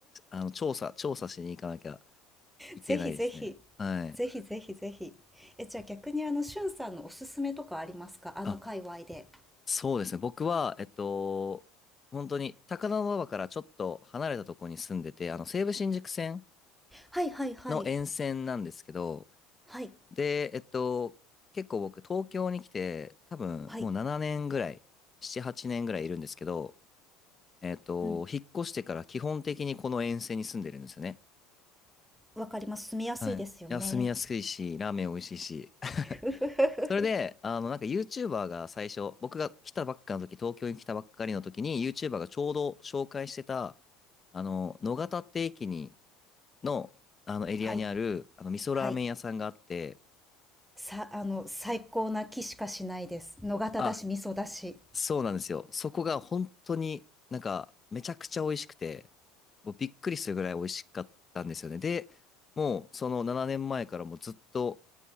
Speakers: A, on the left; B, in the centre.
A: あの、調査、調査しに行かなきゃいけないですね。
B: ぜひぜひ、
A: はい。
B: ぜひぜひぜひ。え、じゃあ逆にあの、しゅんさんのおすすめとかありますかあの界隈で。
A: あそうですね。僕は、えっと、本当に高田馬場からちょっと離れたところに住んでて、あの、西武新宿線
B: はいはいはい。
A: の沿線なんですけど、
B: はい。
A: で、えっと、結構僕、東京に来て、多分もう7年ぐらい、
B: はい。
A: 7、8年ぐらいいるんですけど、えっと、
B: うん。
A: 引っ越してから基本的にこの沿線に住んでるんですよね。
B: わかります。住みやすいですよね。
A: はい。いや住みやすいし、ラーメン美味しいし。<laughs>
B: <laughs>
A: それで、あの、なんか YouTuber が最初、僕が来たばっかの時、東京に来たばっかりの時に、YouTuber がちょうど紹介してた、あの、野方って駅に、の、あのエリアにある、
B: はい。
A: あの、味噌ラーメン屋さんがあって、
B: はい。さ、あの、最高な気しかしないです。野方だし、
A: あ、
B: 味噌だし。
A: そうなんですよ。そこが本当になんか、めちゃくちゃ美味しくて、もうびっくりするぐらい美味しかったんですよね。で、もうその7年前からもうずっと